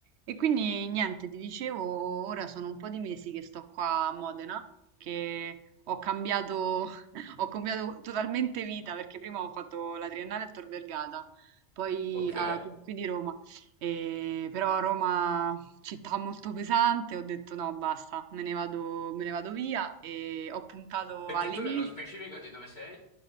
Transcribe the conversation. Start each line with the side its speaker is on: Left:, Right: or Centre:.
Right: E quindi niente, ti dicevo, ora sono un po' di mesi che sto qua a Modena, che ho cambiato, <laughs> ho cambiato totalmente vita perché prima ho fatto la triennale a Tor Vergata, poi
Left: Ok.
Right: a- qui qui di Roma, e, però Roma città molto pesante, ho detto no, basta, me ne vado, me ne vado via e ho puntato
Left: Perché
Right: alle
Left: tu
Right: Emilie.
Left: nello specifico di dove sei?